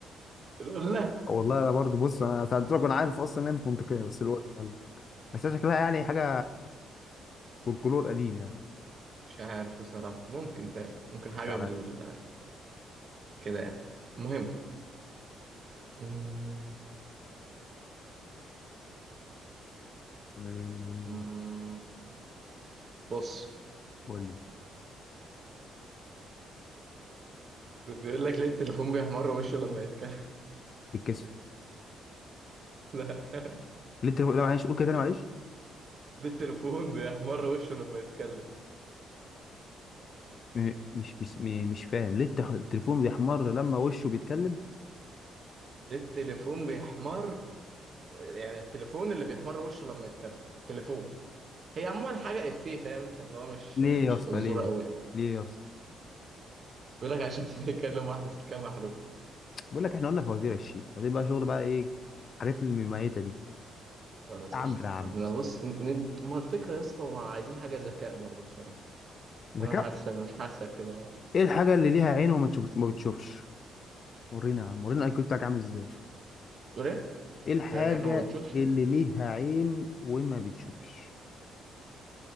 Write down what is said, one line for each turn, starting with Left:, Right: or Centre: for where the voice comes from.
Right: <laughs> يقول لا
Left: والله انا برضو بص انا سالت لك وانا عارف اصلا ان هي مش منطقيه بس الوقت بس شكلها يعني حاجه فولكلور قديم يعني
Right: مش عارف بصراحة ممكن فعلا ممكن
Left: خش
Right: حاجة بال كده يعني المهم مم،
Left: عليا
Right: مم، بص
Left: قول لي
Right: بي- بيقول لك ليه التليفون بيحمر وشه لما يتكلم
Left: بالكسف
Right: <laughs> لا
Left: ليه التليفون لا معلش قول كده تاني معلش
Right: ليه التليفون بيحمر وشه لما يتكلم
Left: م- مش مش م- مش فاهم ليه التح- التليفون بيحمر لما وشه بيتكلم
Right: ليه التليفون بيحمر يعني التليفون اللي بيحمر وشه لما يتكلم تليفون هي عموما حاجة إفيه فاهم أنت اللي هو مش
Left: ليه
Right: مش
Left: يا اسطى
Right: فزورة
Left: ليه
Right: أوي يعني
Left: ليه يا اسطى
Right: بيقول لك عشان <laughs> بيكلم واحدة سلكها محروقة
Left: بقول لك احنا قلنا فوازير الشيء عايزين بقى شغل بقى ايه الحاجات المميتة دي
Right: خلاص
Left: يا عم
Right: قشطة
Left: يا عم
Right: احنا بص ن- ند... ما الفكرة يا اسطى ما عايزين حاجة ذكاء برضه بصراحة
Left: ذكاء
Right: أنا حاسك مش حاسك كده أهو
Left: ايه الحاجة اللي ليها عين وما تشوفش ما بتشوفش ورينا يا عم ورينا الاي كيو بتاعك عامل ازاي
Right: تقول إيه؟
Left: ايه الحاجة
Right: يعني إنه ما بتشوفش؟
Left: اللي ليها عين وما بتشوفش